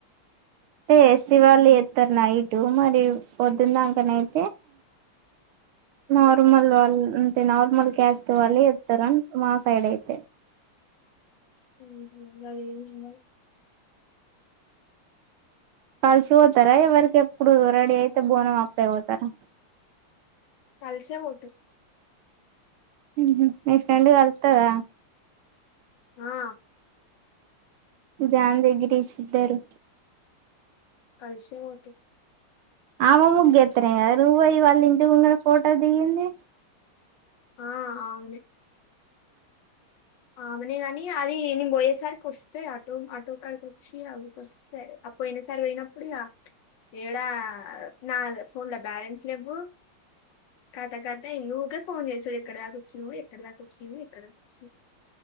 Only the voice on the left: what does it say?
అ అదేన్న
కాల్స పోతు
ఆ
కలిసే పోతది.
ఆ ఆమనే ఆమెనే కానీ అది నేను పోయే సారికి వస్తే ఆటో ఆటోకాడికి వచ్చి అవి వస్తే అ పోయిన సారీ పోయినప్పుడు ఇగా ఎడా నా ఫోన్ల బ్యాలెన్స్ లెవ్వు. కత కత అయ్యింది ఊకే ఫోన్ చేసుడు ఎక్కడ దాక వచ్చినవు ఎక్కడ దాక వచ్చినవు ఎక్కడ దాక వచ్చి